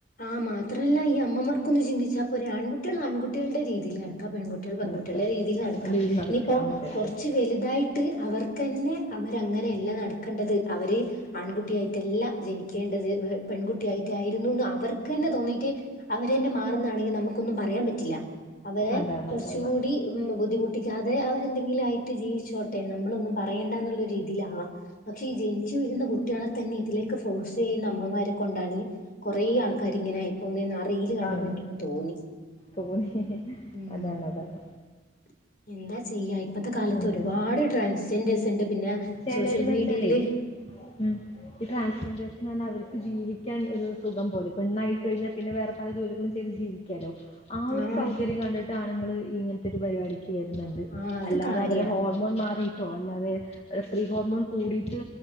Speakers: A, on the left (about 50°); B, on the left (about 35°).
A: ആ മാത്രല്ല ഈ അമ്മമാർക്കൊന്ന് ചിന്തിച്ചാൽ പോരെ ആൺകുട്ടികൾ ആൺകുട്ടികളുടെ രീതിയില് നടക്കുവാ പെൺകുട്ടികൾ- പെൺകുട്ടികൾ പെൺകുട്ടികളുടെ
B: നടക്കുക
A: രീതിയിൽ നടക്കാം
B: അതിൽ നടക്കുക
A: ഇനിയിപ്പോ
B: ആ, അതെ
A: കുറച്ച്-
B: അതെ
A: വലുതായിട്ട് അവർക്ക് തന്നെ അവര് അങ്ങനെയല്ല നടക്കേണ്ടത് അവര്- ആൺകുട്ടിയായിട്ടല്ല ജനിക്കേണ്ടത് പെൺകുട്ടിയായിട്ടായിരുന്നു. അവർക്ക് തന്നെ തോന്നിയിട്ട് അവര് തന്നെ മാറുന്നാണെങ്കിൽ നമുക്കൊന്നും പറയാൻ പറ്റില്ല. അവരെ
B: അതാണ്
A: കുറച്ചുകൂടി-
B: അതാണ്
A: ബുദ്ധിമുട്ടിക്കാതെ അവരെന്തെങ്കിലും ആയിട്ട് ജീവിച്ചോട്ടെ നമ്മളൊന്നും പറയണ്ടന്നുള്ള ഒരു രീതിയിലാവാ- പക്ഷേ ഈ ജനിച്ചു വരുന്ന കുട്ടികളെ തന്നെ ഇതിലേക്ക് ഫോഴ്സ് ചെയ്യുന്ന അമ്മമാരെ കൊണ്ടാണ് കുറെ പോകും. കരിങ്ങിനെയായി- പോന്നന്ന് അറിയിൽ കണ്ടപ്പോ
B: ആ,
A: എനിക്കന്ന് തോന്നി
B: തോന്നി
A: ഉം
B: അതാണ് അതാണ്
A: <unintelligible> എന്താ ചെയ്യാ ഇപ്പോഴത്തെ കാലത്ത്
B: എന്താ
A: ഒരുപാട് ട്രാൻസ്ജെൻറേഴസ് ഉണ്ട് പിന്നെ-
B: ചിലവരെ
A: സോഷ്യൽ
B: എന്നുവച്ചാലേ
A: മീഡിയയില്
B: ഉം- ഈ ട്രാൻസ്ജെൻഡേഴ്സിന് ഒന്നും അവർ ജീവിക്കാൻ ഒരു സുഖം പോലെ പെണ്ണായിട്ട് കഴിഞ്ഞാ പിന്നെ വേറെ പല ജോലികളും ചെയ്ത് ജീവിക്കും. ക്കല്ലോ ആഹ്‌ ഒരു
A: ആഹ്
B: സൗകര്യം കണ്ടിട്ട് ആണുങ്ങൾ ഇങ്ങനത്തെ ഒരു പരിപാടിക്ക് വരുന്നുണ്ട്
A: ആഹ് അത്
B: അല്ലാതെ
A: കാര്യാ
B: അവരെ- ടോൺ മാറിയിട്ടോ അല്ലാതെ- സ്ത്രീ ഹോർമോൺ കൂടിയിട്ട്